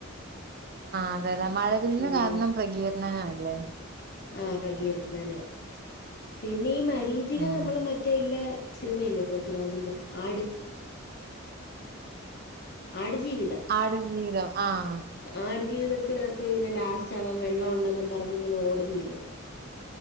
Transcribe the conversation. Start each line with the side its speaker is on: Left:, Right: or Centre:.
Right: ആഹ് അതെതെ മഴവില്ലിന്
Left: ഉം
Right: കാരണം പ്രകീർണനഅല്ലേ
Left: ആഹ് പ്രകീർത്തനം. പിന്നെ ഈ മരീചിക
Right: ഉം
Left: നമ്മൾ മറ്റേ ഇല്ല സിനിമയില്ലേ പൃഥ്വിരാജിന്റെ ആട് ആട്ജീവിതം
Right: ആടുജീവിതം ആഹ്
Left: ആടു ജീവിതത്തിനകത്ത് ഇങ്ങനെ ലാസ്റ്റ് ആവൻ വെള്ളം ഉണ്ടെന്നും പറഞ്ഞ് ഇങ്ങനെ ഓടുന്നില്ലേ